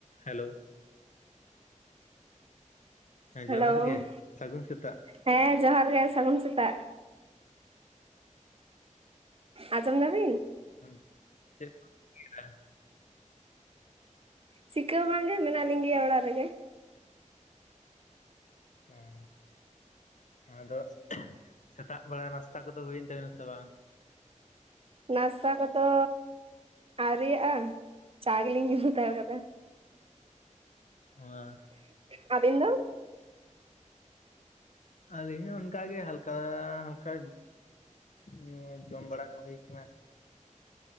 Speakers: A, on the left; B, on the right.
A: Hello. ᱦᱮᱸ
B: ᱦᱮᱞᱳ
A: ᱡᱚᱦᱟᱨ ᱜᱮ, ᱥᱟᱹᱜᱩᱱ ᱥᱮᱛᱟᱜ᱾
B: ᱦᱮᱸ ᱡᱚᱦᱟᱨ ᱜᱮ, ᱥᱟᱹᱜᱩᱱ ᱥᱮᱛᱟᱜ᱾ ᱟᱸᱡᱚᱢ ᱫᱟᱵᱤᱱ?
A: ᱦᱮᱸ, ᱪᱮᱫ ᱠᱚᱢ ᱪᱤᱠᱟᱹᱭᱫᱟ?
B: ᱪᱤᱠᱟᱹ ᱵᱟᱝ ᱜᱮ ᱢᱮᱱᱟᱜ ᱞᱤᱧ ᱜᱮᱭᱟ ᱚᱲᱟᱜ ᱨᱮ ᱜᱮ᱾
A: ᱦᱚᱸ, ᱟᱫᱚ ᱥᱮᱛᱟᱜ ᱵᱮᱲᱟ ᱱᱟᱥᱛᱟ ᱠᱚᱫᱚ ᱦᱩᱭᱮᱱ ᱛᱟᱵᱮᱱᱟ ᱥᱮ ᱵᱟᱝ?
B: ᱱᱟᱥᱛᱟ ᱠᱚ ᱫᱚ ᱟᱣᱨᱤᱭᱟᱜᱼᱟ, ᱪᱟ ᱜᱮᱞᱤᱧ ᱧᱩᱸ ᱦᱟᱛᱟᱲ ᱟᱠᱟᱫᱟ᱾
A: ᱚᱸᱻ ᱟ᱾
B: ᱟᱵᱤᱱ ᱫᱚ?
A: ᱟᱞᱤᱧ ᱦᱚᱸ ᱚᱱᱠᱟ ᱜᱮ, ᱦᱟᱞᱠᱟ ᱦᱟᱞᱠᱟ ᱧᱩ ᱡᱚᱢ ᱵᱟᱲᱟ ᱠᱚ ᱜᱮ ᱦᱩᱭ ᱠᱟᱱᱟ᱾